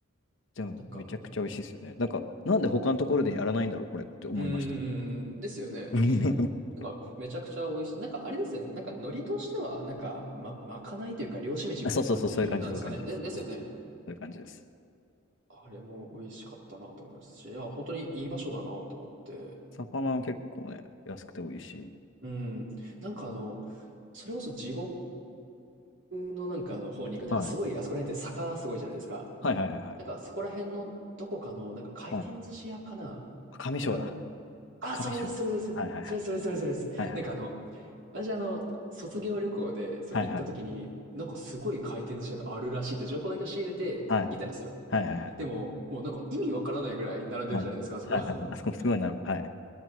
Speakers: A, on the left (about 65°); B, on the right (about 60°).
A: でも、
B: なんか、
A: めちゃくちゃ美味しいですよね。なんか、なんで他のところでやらないんだろう、これって思いました。
B: うん、ううんうんうん、ですよね。
A: <laughs>
B: なんか、めちゃくちゃ美味しい。なんか、あれですよね。なんか、海苔としては、なんか、まあ、まかないというか、漁師飯みたいな感じなんですかね。
A: あそうそうそう、そういう感じ、そういう感じです。
B: ね、ですよね。
A: そうそうそう、そういう感じです。
B: あれも美味しかったなと思いますし、いや、本当にいい場所だなと思って。
A: 魚は結構ね、安くて美味しい。
B: うん。なんか、あの、それこそ地獄のなんかあの方に行く。なんか、
A: はい。
B: すごい、あそこら辺って坂すごいじゃないですか。
A: はいはいはいはい。
B: なんか、そこら辺のどこかの、なんか、回転寿司屋かな。
A: はい。上章だ。
B: なんかあの、あ、
A: 上章。
B: それです、それです。
A: はいはいはい。
B: それそれそれそれです。
A: はいはいはい。
B: なんかあの、私、あの、卒業旅行で、そう、
A: はいはい。
B: 行った時に、なんかすごい回転寿司屋があるらしいって情報だけを仕入れて行ったんですよ。
A: はいはいはい。
B: でも、もうなんか意味わからないぐらい並んでるじゃないですか、
A: はい。
B: あそこ。
A: はいはいはい。
B: <laughs>
A: あそこすごいなる。はい。